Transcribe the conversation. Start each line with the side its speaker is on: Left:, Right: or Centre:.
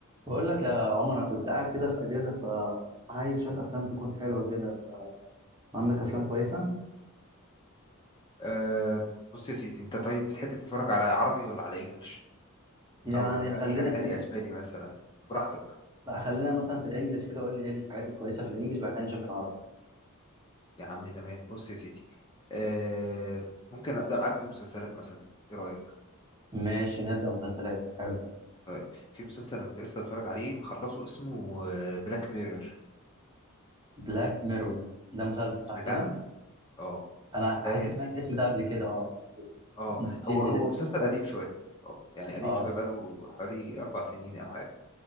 Right: بقول لك يا عمر انا كنت قاعد كده في اجازه فعايز شويه افلام تكون حلوه كده عندك افلام كويسه
Left: أه بص يا سيدي انت طيب بتحب تتفرج على عربي ولا على انجليش
Right: يعني
Left: او اي
Right: خلينا
Left: حاجة تانية
Right: في ال...
Left: اسباني مثلا براحتك
Right: لا خلينا مثلا في الانجليش كده قول لي ايه الحاجات الكويسه في الانجليش بعد كده نشوف العربي
Left: يا عم تمام بص يا سيدي أه ممكن ابدأ معاك بمسلسلات مثلا ايه رأيك
Right: ماشي نبدا مسلسلات حلو
Left: طيب في مسلسل انا كنت لسه بتفرج عليه مخلصه اسمه بلاك ميرور
Right: بلاك ميرور ده مسلسل
Left: سمعت
Right: صح كده
Left: عنه اه
Right: انا
Left: ده
Right: حاسس
Left: يا
Right: سمعت
Left: سيدي
Right: الاسم ده قبل كده اه بس
Left: اه
Right: احكي
Left: هو
Right: لي ايه
Left: هو
Right: ده
Left: مسلسل قديم شوية اه يعني قديم
Right: اه
Left: شوية بقاله حوالي اربع سنين او حاجة